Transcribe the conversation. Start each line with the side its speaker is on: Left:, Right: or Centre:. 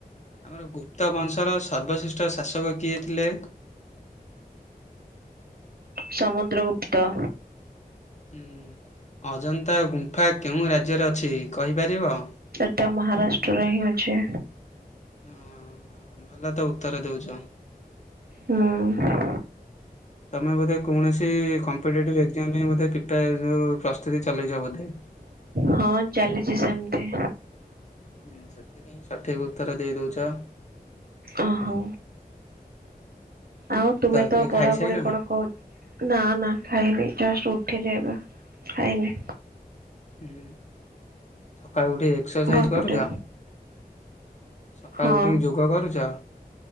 Left: ଆମର ଗୁପ୍ତବଂଶର ସର୍ବଶ୍ରେଷ୍ଠ ଶାସକ କିଏ ଥିଲେ?
Right: ସମୁଦ୍ର ଗୁପ୍ତ।
Left: ହୁଁ ଅଜନ୍ତା ଗୁମ୍ଫା କେଉଁ ରାଜ୍ୟରେ ଅଛି କହିପାରିବ?
Right: ଏଟା ମହାରାଷ୍ଟ୍ରରେ ହିଁ ଅଛି।
Left: ହଁ ଭଲ ତ ଉତ୍ତର ଦଉଚ।
Right: ହଁ।
Left: ତମେ ବୋଧେ କୌଣସି କମ୍ପିଟେଟିଭ ଏକ୍ଜାମ ପାଇଁ ବୋଧେ ପ୍ରିପାର ଯଉ ପ୍ରସ୍ତୁତି ଚଲେଇଛ ବୋଧେ।
Right: ହଁ ଚାଲିଛି ସେମିତି।
Left: ହୁଁ ସେଥିପାଇଁ ସଠିକ୍ ଉତ୍ତର ଦେଇ ଦଉଚ।
Right: ଓହୋ। ଆଉ ତୁମେ
Left: ଏବେ
Right: ତ ପଢାପଢି
Left: ଖାଇସାରିଲଣି?
Right: କଣ କ ନା ନା ଖାଇନି ଜଷ୍ଟ ଉଠିଲି ଏବେ ଖାଇନି।
Left: ହୁଁ ସକାଳୁ ଉଠି ଏ ଏକ୍ସସାଇଜ
Right: ବରପଟେ
Left: କରୁଚ? ସକାଳୁ
Right: ହଁ
Left: ଉଠିକି ଯୋଗ କରୁଚ?